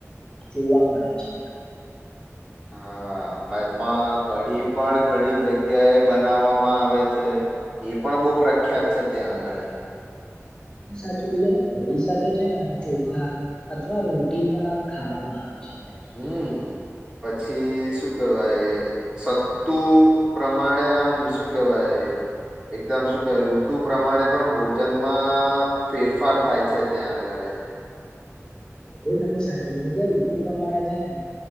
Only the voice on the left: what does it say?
જોવા મળે છે ત્યાં
પણ સાચુ કીધું અને કળી સાથે છે ને આમ ચોખા અથવા રોટી પણ આમ ખાવામાં આવે છે. ત્યાં તો
આ તો બઉ તમે સાચું કીધું કે ઋતુ પ્રમાણે છે ને